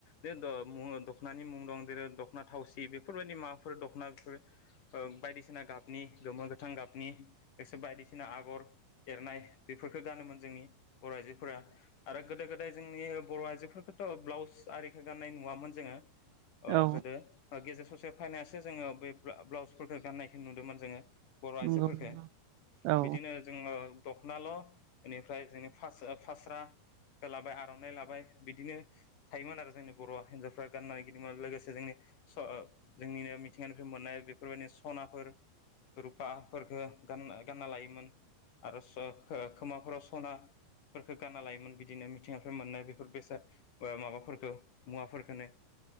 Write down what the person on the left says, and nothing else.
बे द मु दख'नानि मुं दं जेरै दख'ना थावसि बेफोरबायदि माबाफोर दख'ना बेफोर ओ बायदिसिना गाबनि गोमो गोथां गाबनि एसो बायदिसिना आगर एरनाय बेफोरफोरखौ गानोमोन जोंनि बर' आइजोफोरा आरो गोदो गोदाय जोंनि बर' आइजोफोरखो थ' ब्लाउस आरिखो गाननाय नुवामोन जोङो अ
गोदो गेजेर ससे फायनासो जोङो बै ब्ला ब्लाउसफोरखौ गाननायखौ नुदोंमोन जोङो। बर' आइजोफोरखौ
बिदिनो जोङो। दख'नाल' बेनिफ्राय जोंनि फास फास्रा खो लाबाय आर'नाइ लाबाय बिदिनो। थायोमोन आरो जोंनि बर' हिनजावफोर गाननाय गिदोमोन लोगोसे जोंनि स अ जोंनिनो मिथिंगानिफ्राय मोननाय बेफोरबायदिनो सनाफोर रुफा‌ फोरखो गान गानना लायोमोन आरो स खो खोमाफोराव सनाफोरखौ गानना लायोमोन बिदिनो मिथिंगाखो मोननाय बेफोर बेसाद ओ माबाफोरखो मुवाफोरखौनो